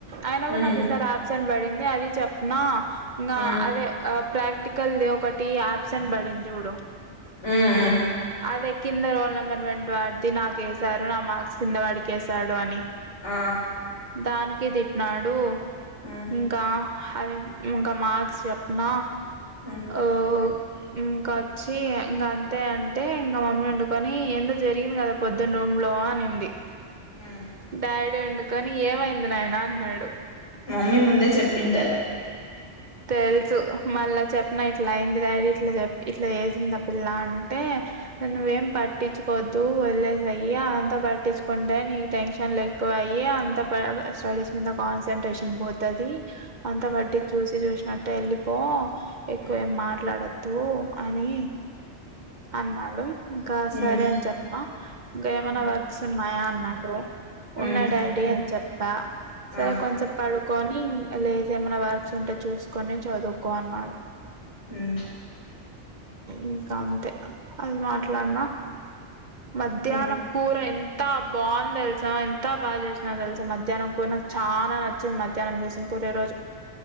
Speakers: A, on the right (about 45°); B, on the left (about 80°).
A: అయిన కూడా
B: ఉమ్
A: నాకు ఈ సారి ఆబ్సెంట్ పడింది. టే అది చెప్పనా నా
B: ఉమ్
A: అదే ఆ ప్రాక్టికల్ ది ఒకటి ఆబ్సెంట్ పడింది చూడు.
B: ఊ ఉహ్
A: అదే కింద రోల్ నెంబర్ ట్వంటీ వాడిది నాకేశారు. నా మార్క్స్ కిందవాడికి వేశాడు అని
B: ఆ
A: దానికి తిట్టినాడు.
B: ఉమ్
A: ఇంకా అదే ఇంకా మార్క్స్ చెప్పిన
B: ఉమ్
A: ఓ ఇంక వచ్చి ఇంక అంతే అంటే ఇంకా మమ్మీ అందుకొని ఏందో జరిగింది కదా పొద్దున రూమ్లో అనింది.
B: ఉమ్
A: డాడీ ఉండి కానీ ఏమైంది నాయన అన్నాడు.
B: మమ్మీ ముందే చెప్పింటది.
A: తెలుసు మళ్ళ చెప్పిన ఇట్లా అయింది. డాడీ ఇట్లా చె ఇట్లా చేసింది. ఆ పిల్ల అంటే
B: ఉమ్
A: నువ్వేం పట్టిచుకోవద్దు వదిలేసేయ్యి. అంతా పట్టించుకుంటే నీ టెన్షన్లు ఎక్కువ అయ్యి అంత స్టడీస్ మీద కాన్సన్ట్రేషన్ పోతది. అంతా
B: ఉమ్
A: బట్టి చూసి చూసి నట్ట ఏళ్లిపో ఎక్కువేం
B: ఉమ్
A: మాట్లాడద్ తో అని అన్నాడు ఇంకా
B: ఉమ్
A: సరే అని చెప్పిన. ఇంకా ఏమైనా
B: ఉమ్
A: వర్క్స్ ఉన్నాయా అన్నాడు. ఉన్నాయి
B: ఉమ్
A: డాడీ అని చెప్ త సరే
B: ఆ
A: కొంసెపు పడుకొని లేచి ఏమైనా వర్క్స్ ఉంటే చూసుకొని చదువుకో అన్నాడు
B: హ్మ్
A: ఇంకా అంతే అది మాట్లాడినా మధ్యాహ్నం
B: ఉమ్
A: కూర ఎం త బాగుంది తెలుసా ఎంత బాచేసినా తెలుసా మధ్యాహ్నం కూర నాకు చాలా నచ్చింది మధ్యాహ్నం చేసిన కూర ఈరోజు